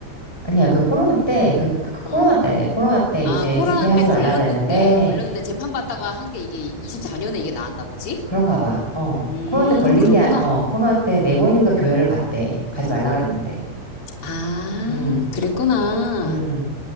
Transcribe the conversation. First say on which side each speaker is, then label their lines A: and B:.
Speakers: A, in the centre; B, on the left (about 30°).
A: 아니야, 그 코로나 때, 그, 그- 그 코로나
B: 어.
A: 때래. 코로나 때
B: 아,
A: 이제
B: 코로나
A: 집회 하지
B: 때 걸렸는데,
A: 말라 그랬는데,
B: 걸렸는데 재판받다가 한 게 이게 24년에 이게 나왔나 보지?
A: 그런가 봐. 어.
B: 음,
A: 코로나 때 걸린
B: 그렇구나.
A: 게, 아- 어, 코로나 때 네 번인가 교회를 갔대. 가지 말라 그랬는데.
B: 아,
A: 음,
B: 그랬구나.
A: 음.